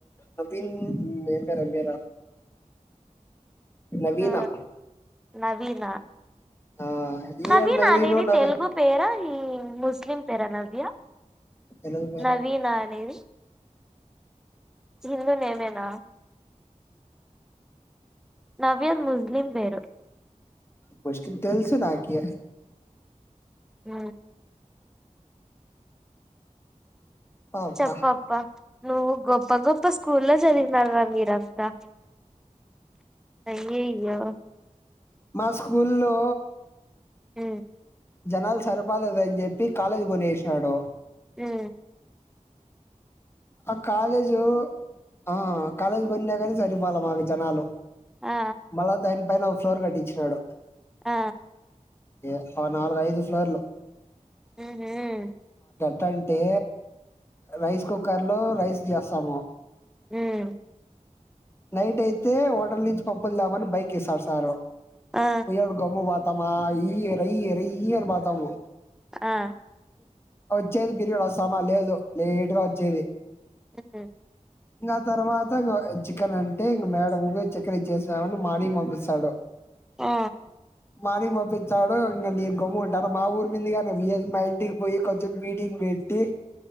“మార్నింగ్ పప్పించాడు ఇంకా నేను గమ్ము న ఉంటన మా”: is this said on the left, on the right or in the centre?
Left